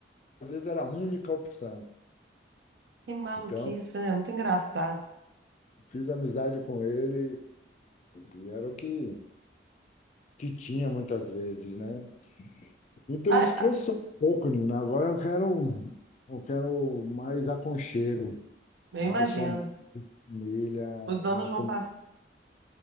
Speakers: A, on the left; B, on the right.
A: às vezes era a única opção.
B: Que maluquice,
A: Então,
B: né? Muito engraçado.
A: fiz amizade com ele e, e era o que, que tinha muitas vezes, né? Então,
B: Ah,
A: isso cansou um pouco, Nina. Agora eu quero, eu quero mais aconchego,
B: eu
A: mais
B: imagino.
A: família,
B: Os anos
A: uma...
B: vão
A: com-
B: pass...